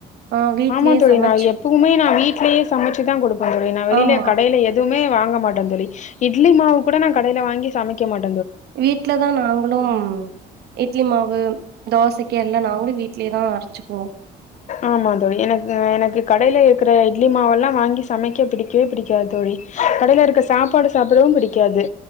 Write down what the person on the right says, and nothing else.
ஆ வீட்லயே
சமைச்சு
ஆமா.
வீட்லதா நாங்களும் இட்லி மாவு தோசக்கி எல்லா நாங்களு வீட் லயெ தா அரச்சுக்குவோ